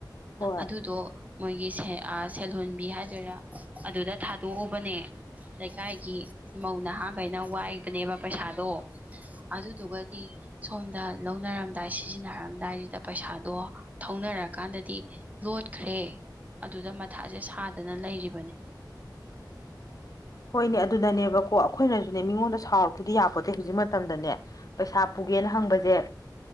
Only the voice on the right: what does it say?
ꯑꯗꯨꯗꯣ꯫ ꯒꯤꯁꯦ ꯑꯥ ꯁꯦꯜꯍꯨꯟꯕꯤ ꯍꯥꯏꯗꯣꯏꯔꯥ ꯑꯗꯨꯗ ꯊꯥꯗꯣꯛꯎꯕꯅꯦ꯫ ꯂꯩꯀꯥꯏꯒꯤ ꯃꯧ ꯅꯍꯥꯈꯩꯅ ꯋꯥꯏꯕꯅꯦꯕ ꯄꯩꯁꯥꯗꯣ꯫ ꯑꯗꯨꯗꯨꯒꯗꯤ꯫ ꯁꯣꯝꯗ ꯂꯧꯅꯔꯝꯗꯥꯏ ꯁꯤꯖꯤꯟꯅꯔꯝꯗꯥꯏꯁꯤꯗ ꯄꯩꯁꯥꯗꯣ ꯊꯧꯅꯔꯀꯥꯟꯗꯗꯤ꯫ ꯂꯣꯠꯈ꯭ꯔꯦ ꯑꯗꯨꯗ ꯃꯊꯥꯁꯦ ꯁꯥꯗꯅ ꯂꯩꯔꯤꯕꯅꯤ꯫